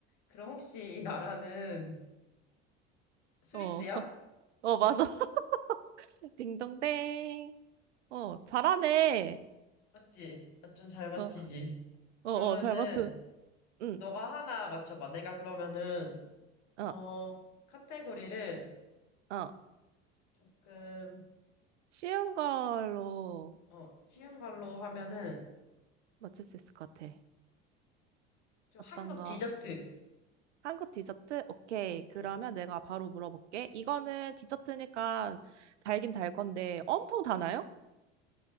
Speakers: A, on the left; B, on the right.
A: 그럼 혹시 이 나라는 스위스야?
B: 어, <laughs> 어, 맞아. <laughs> 딩동댕. 어, 잘하네.
A: 맞지? 나 좀 잘 맞히지?
B: 어, 어,
A: 그러면은,
B: 어, 잘 맞춘. 응,
A: 너가 하나 맞춰봐. 내가 그러면은,
B: 어,
A: 어, 카테고리를
B: 어.
A: 조금,
B: 쉬운 걸로
A: 어, 쉬운 걸로 하면은,
B: 맞출 수 있을 것 같아.
A: 좀
B: 어떤
A: 한국
B: 거?
A: 디저트.
B: 한국 디저트? 오케이. 그러면
A: 음.
B: 내가 바로 물어볼게. 이거는 디저트니까 달긴 달 건데 엄청 다나요?